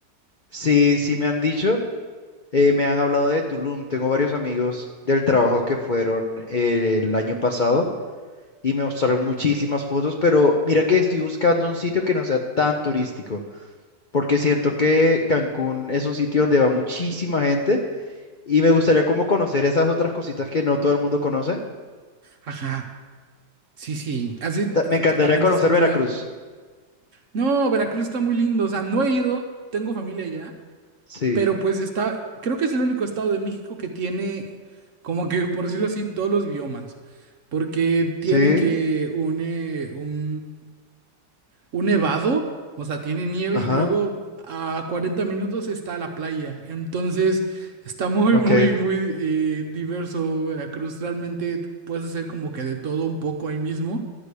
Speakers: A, on the left (about 70°); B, on the right (about 50°).
A: sí, sí me han dicho. Eh, me han hablado de Tulum, tengo varios amigos del trabajo que fueron eh, el año pasado y me mostraron muchísimas fotos, pero mira que estoy buscando un sitio que no sea tan turístico, porque siento que Cancún es un sitio donde va muchísima gente y me gustaría como conocer esas otras cositas que no todo el mundo conoce.
B: Ajá. Sí, sí, hace t-
A: Ta- Me encantaría
B: totalmente
A: conocer
B: sentido.
A: Veracruz.
B: No, Veracruz está muy lindo, o sea, no he ido, tengo familia allá,
A: Sí,
B: pero pues está, creo que es el único estado de México que tiene, como que por decirlo así, todos los biomas, porque
A: sí,
B: tiene que un, eh, un, un nevado, o sea, tiene nieve
A: ajá,
B: y luego a 40 minutos está la playa, entonces está muy,
A: ok,
B: muy, muy eh, diverso Veracruz, realmente puedes hacer como que de todo un poco ahí mismo.